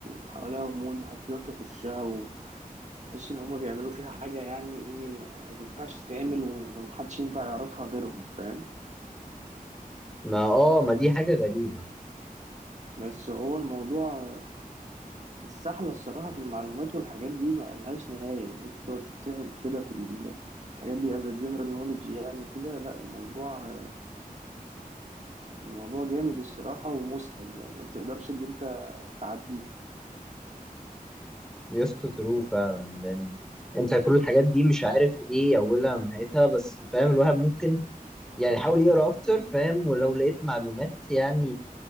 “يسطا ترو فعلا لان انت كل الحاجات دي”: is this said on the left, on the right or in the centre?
Centre